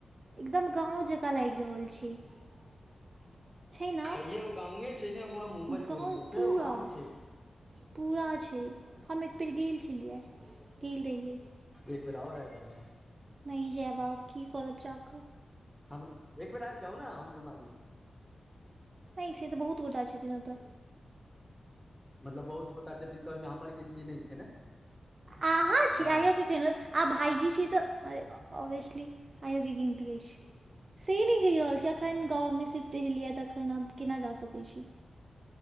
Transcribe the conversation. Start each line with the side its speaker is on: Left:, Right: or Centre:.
Right: एकदम गाँव जग <unintelligible> लायग रहल छै न
Centre: हैयो गावे छै ने कोनो मुम्बइ
Right: गाँव
Centre: थोड़ी नहि छै
Right: पूरा
Centre: ओ गाँव छै।
Right: पूरा छै हम एक बेेर गेल छलियै गेल रहियै।
Centre: एक बेे आओ आयि जाै।
Right: नहि जय बाब की करौरब चाक
Centre: हम एक बेर आबि जाउ ने हम घुमा दै छी।
Right: नहि से तऽ बहुत गोटा छथिन ओतऽ।
Centre: मतलब बहुत गोटा छथिन तऽ ओहिमे हमर गिनती नहि छै ने।
Right: अहाँ छी
Centre: वाह
Right: आइयो के <unintelligible> आ भाइजी छी तऽ ऑबभियसली आयोगे गिनती अछिइ छी। सेही नहि कहि रहल छी एखन गाँवमे सिफट ल यए तऽ एखन आ केना जा सकैत छी।